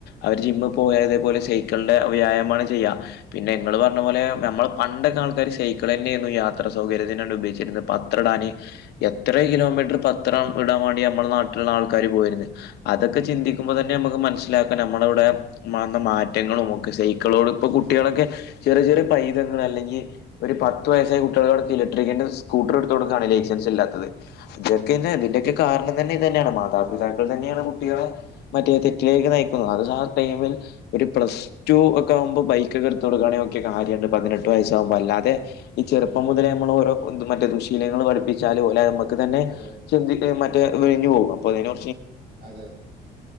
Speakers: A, on the left (about 75°); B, on the right (about 65°).
A: അവര് ജി ജിമ്മി പോയ അതേ പോലെ സൈക്കിളിന്റെ വ്യായാമാണ് ചെയ്യ പിന്നെ നിങ്ങള് പറഞ്ഞ പോലെ നമ്മൾ പണ്ടൊക്കെ ആൾക്കാര് സൈക്കള് തന്നെയരുന്ന് യാത്ര സൗകര്യത്തിന്നാണ്ട് ഉപയോഗിച്ചിരുന്നത് പത്രടാന് എത്ര കിലോമീറ്റർ പ ത്രം ഇടാൻേ വാണ്ടി ഞമ്മളെ നാട്ടിലുള്ള ആൾക്കാര് പോയിരുന്ന് അതക്കെ ചിന്തിക്കുമ്പോ തന്നെ നമുക്ക് മനസ്സിലാക്കാം നമ്മളവിടെ വന്ന മാറ്റങ്ങളും ഒക്കെ സൈക്കിളോട് ഇപ്പൊ കുട്ടികളൊക്കെ ചെറിയ ചെറിയ പൈതങ്ങൾ അല്ലെങ്കി ഒരു പത്ത് വയസ്സായ കുട്ടികടെ ഇലക്ട്രിക്കിന്റെ സ്കൂട്ടർ എടുത്ത് കൊടുക്കാണ് ലൈസൻസ് ഇല്ലാത്തത് ക്കെ അതിന്റെക്ക
B: അതെ
A: കാരണം തന്നെ മാതാപിതാക്കൾ തന്നെയാണ് കുട്ടികളെ മറ്റേ തെറ്റിലേക്ക് നയിക്കുന്നത് അത് ആ ടൈമിൽ ഒരു പ്ലസ്ടു ഒക്കെ ആവുമ്പോ ബൈക്ക് ഒക്ക എടുത്ത് കൊടുക്കാണെ ഒക്കെ കാര്യംണ്ട് പതിനെട്ട് വയസ്സാവുമ്പോ അല്ലാതെ ഈ ചെറു ഇപ്പം മുതലേ നമ്മൾ ഓരോ മറ്റേ ദുശീലങ്ങൾ പഠിപ്പിച്ചാല് ഓലെ നമുക്ക് തന്നെ
B: അതെ
A: മറ്റെ വിഴിഞ്ഞ് പോവും അപ്പോ അതിനോ
B: അതെ